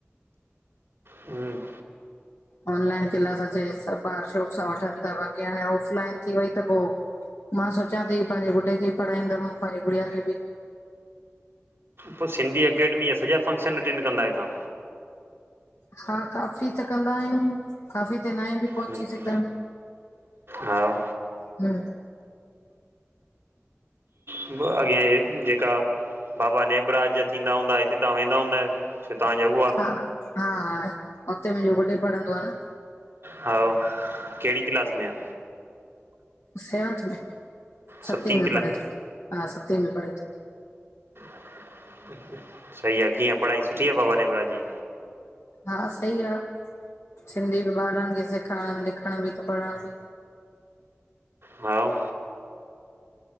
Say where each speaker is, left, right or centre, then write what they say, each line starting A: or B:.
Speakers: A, on the right (about 60°); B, on the left (about 75°).
A: हूँ
B: ऑनलाइन क्लास अचे सभु ॿार शौक़ सां वठनि ता, बाक़ी हाणे ऑफलाइन थी वई त पो मां सोचां ती पंहिंजे गुड्डे खे पढ़ाईंदमि पंहिंजी गुड़िया खे बि।
A: पो सिंधी अकेडमी जा सॼा फंक्शन अटेंड कंद आहियो तां।
B: हा काफ़ी त कंदा आहियूं, काफ़ी त नहे बि पहुची
A: तव्हां
B: सघदा।
A: हा
B: हू
A: व अॻियांय ॼेका बाबा नेब राज जा थींदा हूंदा हिते तां वेंदा हूंदए जिते तां जा हुआ।
B: हा हा हुते मुंहिंजो गुड्डे पढ़ंदो आ न।
A: हव कहिड़ी क्लास में आ।
B: सेवंथ में सती
A: सतीं
B: में पढ़े थो, हा सते में पढे थो।
A: <inaudible> सई आ कीअं पढ़ाई सुठी आ बाबा नेब राज जी?
B: हा सई आ, सिंधी बि ॿारनि खे सेखारणु लिखणु बि त पढ़णु बि।
A: हाओ